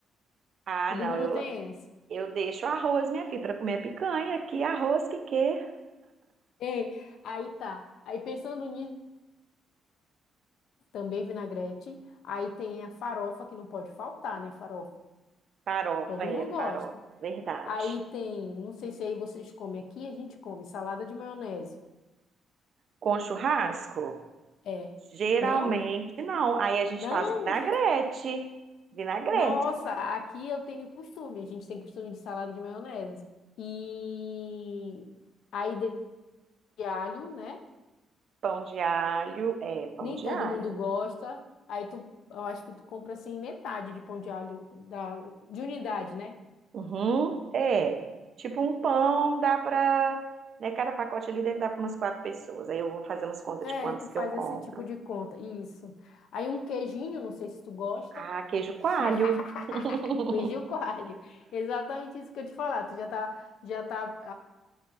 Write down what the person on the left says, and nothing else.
comigo
não tem essa.
Ei, aí tá. Aí pensando nisso, também vinagrete. Aí tem a farofa que não pode faltar, né? Farofa.
Todo
mundo gosta.
Aí tem, não sei se aí vocês comem aqui, a gente come salada de maionese.
É.
Não?
Não?
Nossa, aqui eu tenho costume, a gente tem costume de salada de maionese. E aí de de alho, né?
Nem
todo
mundo gosta. Aí tu, eu acho que tu compra assim metade de pão de alho da, de unidade, né?
É,
tu
faz
esse tipo de conta. Isso. Aí um queijinho, não sei se tu gosta.
<laughs>
Queijinho coalho. Exatamente isso que eu te falar. Tu já tá, já tá,